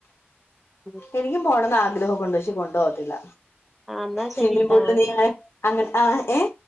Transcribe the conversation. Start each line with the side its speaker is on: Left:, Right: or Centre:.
Centre: ഉം
Left: എനിക്കും പോണംന്ന് ആഗ്രഹം ഒക്കെ ഒണ്ട് പക്ഷെ കൊണ്ടു പോവത്തില്ല.
Centre: ആഹ് എന്നാ ശരിട്ടാ
Left: സ്വിമ്മിങ് പൂളില് നീന്താൻ അങ്ങന ആ ഏഹോ